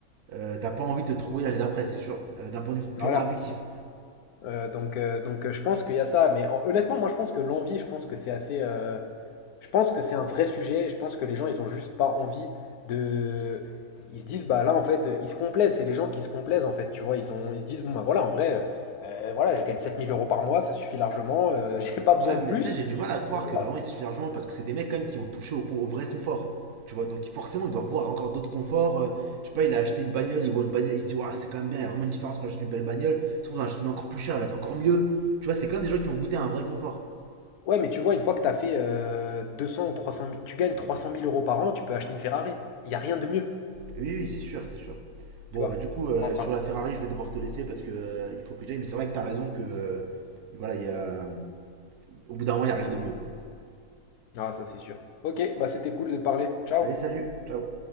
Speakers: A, on the right (about 85°); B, on the left (about 85°).
A: euh, t'as pas envie de te trouver l'année d'après, c'est sûr, euh, d'un point de vue purement
B: Voilà.
A: affectif.
B: Euh, donc, euh, donc euh, je pense qu'il y a ça. Mais en- honnêtement, moi, je pense que l'envie, je pense que c'est assez. euh, je pense que c'est un vrai sujet. Je pense que les gens, ils ont juste pas envie de. Ils se disent, bah là, en fait, euh, ils se complaisent. C'est les gens qui se complaisent, en fait. Tu vois, ils ont, ils se disent, bon, bah voilà, en vrai, euh, euh, voilà, je gagne 7000 euros par mois, ça suffit largement, euh, <laughs> j'ai pas besoin
A: Ouais, mais
B: de plus.
A: ça, j'ai du mal à croire
B: Et
A: que
B: voilà.
A: vraiment il suffit largement, parce que c'est des mecs quand même qui ont touché au, au vrai confort. Tu vois, donc forcément, il doit voir encore d'autres conforts. euh, je sais pas, il a acheté une bagnole, il voit une bagnole, il se dit, Ouah, c'est quand même bien, il y a vraiment une différence quand j'achète une belle bagnole. Il se trouve, j'en achète une encore plus chère, elle va être encore mieux. Tu vois, c'est quand même des gens qui ont goûté à un vrai confort.
B: Ouais, mais tu vois, une fois que t'as fait euh, 200 ou 300 000, tu gagnes trois cent mille euros par an, tu peux acheter une Ferrari. Il y a rien de mieux,
A: Oui, oui, c'est sûr, c'est sûr. Bon,
B: tu vois.
A: bah, du coup, euh,
B: Enfin,
A: sur la Ferrari, je vais devoir te laisser parce que euh, il faut que j'aille. Mais c'est vrai que t'as raison que, euh, voilà, il y a, au bout d'un moment, il n'y a rien de mieux, quoi.
B: ah, ça, c'est sûr. Ok, bah c'était cool de te parler. Ciao!
A: Allez, salut, ciao.